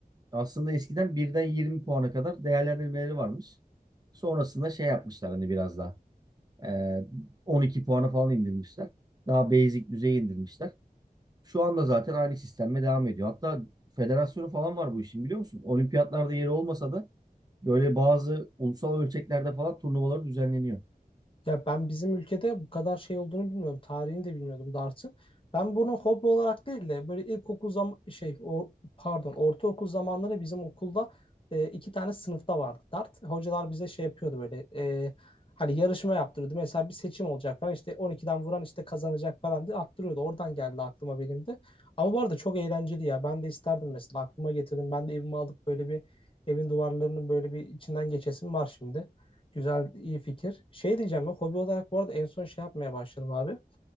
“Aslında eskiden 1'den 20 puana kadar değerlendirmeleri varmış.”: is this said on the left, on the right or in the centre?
Right